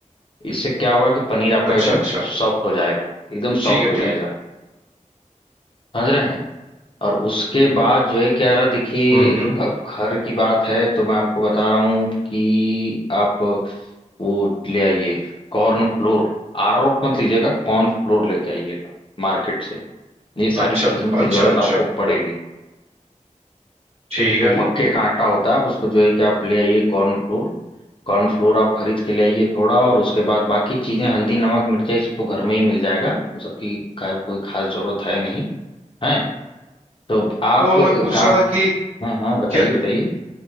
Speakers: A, on the left; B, on the right.
A: इससे क्या होगा कि पनीर आपका
B: अच्छा
A: एकदम
B: अच्छा
A: सॉफ्ट हो जाएगा एकदम
B: ठीक
A: सॉफ्ट
B: है
A: हो जाएगा
B: ठीक
A: समझ रहे हैं और उसके बाद जो है क्या रहा देखिए
B: हम्म हम्म
A: अब घर की बात है तो मैं आपको बता रहा हूँ कि आप वो ले आइए कॉर्न फ्लोर अरारोट मत लीजिएगा कॉर्न फ्लोर लेके आइएगा मार्केट से ये सारी
B: अच्छा
A: चीजों की
B: अच्छा
A: जरूरत
B: अच्छा
A: आपको पड़ेगी
B: ठीक
A: वो
B: है
A: मक्के का आटा होता है आप उसको जो है कि आप ले आइए कॉर्न फ्लोर कॉर्न फ्लोर आप खरीद के ले आइए थोड़ा और उसके बाद बाकी चीजें हल्दी नमक मिर्चा ये सब तो घर में ही मिल जाएगा उन सबकी खैर कोई खास जरूरत है नहीं है तो आप
B: तो मैं पूछ
A: काम
B: रहा था कि
A: हाँ हाँ बताइए
B: क्या
A: बताइए